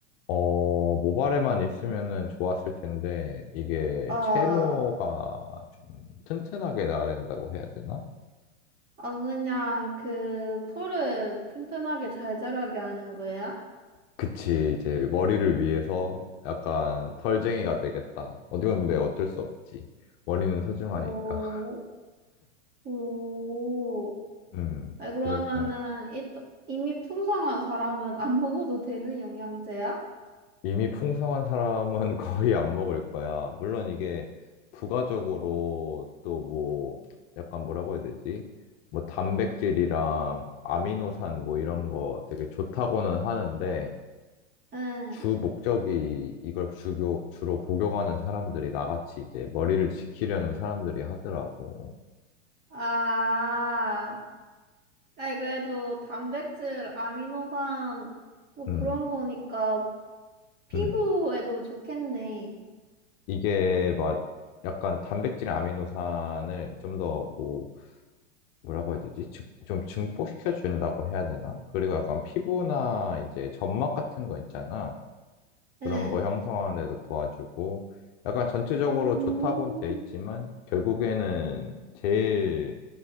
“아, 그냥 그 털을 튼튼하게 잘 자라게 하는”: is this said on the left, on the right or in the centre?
Right